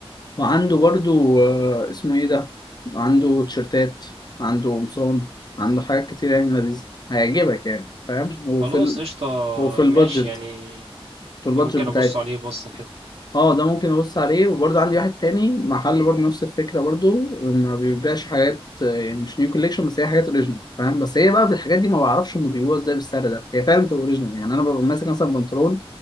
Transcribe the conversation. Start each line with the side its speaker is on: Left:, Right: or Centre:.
Left: وعنده برضو آه، اسمه ايه ده عنده تيشرتات عنده قمصان عنده حاجات كتير يعني لذيذة هيعجبك يعني فاهم وفي
Right: خلاص
Left: ال...
Right: قشطة
Left: وفي البادجت
Right: ماشي يعني
Left: في البادجت
Right: ممكن
Left: بتاعتنا
Right: أبص عليه بصة كده
Left: اه ده ممكن ابص عليه وبرضه عندي واحد تاني محل برضه نفس الفكره برضه ما بيبيعش حاجات آه، يعني مش نيو كوليكشن بس هي حاجات اوريجينال فاهم بس هي بقى بالحاجات دي ما بعرفش هم بيبيعوها ازاي بالسعر ده هي فعلا بتبقى اوريجينال يعني انا ببقى ماسك مثلا بنطلون